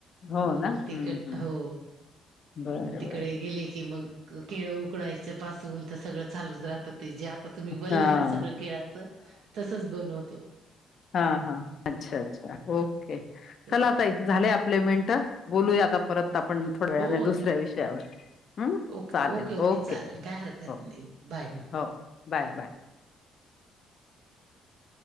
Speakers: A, on the left; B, on the right.
A: हो
B: मग
A: ना
B: तिकडे
A: हं हं
B: हो.
A: बरं
B: तिकडे
A: बरं
B: गेले की मग. केळ उकडायच्या पासून ते सगळं चालूच राहतात ते जे. तर तुम्ही वलले
A: हां.
B: ना सगळं केळाच तसंच बनवतो.
A: हा हा अच्छा अच्छा ओके
B: ते
A: चला आता इ झाले आपलेमेंट. बोलूया आता परत आपण थोड्या वेळा
B: हो
A: नाही दुसऱ्या विषयावर. ह
B: ओके
A: चालेल ओके
B: चालेल काय हरकत
A: हो
B: नाही बाय मग
A: हो बाय बाय.